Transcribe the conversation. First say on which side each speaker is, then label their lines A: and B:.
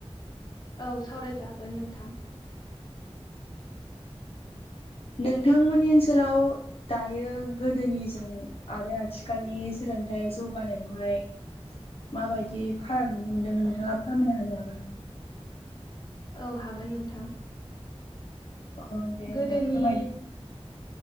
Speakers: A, on the left; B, on the left.
A: औ सावरायजागोन नोंथां।
B: नोंथांमोननि ओनसोलाव दायो गोदोनिजों आरो आथिखालनि सोलोंथाइ जौगानायावहाय माबायदि फाराग नुनो मोनदों नोंथाङा फोरमायना होनो हागोन नामा?
A: औ हागोन नोंथां।
B: अ दे होमबा
A: गोदोनि
B: फोरमायनि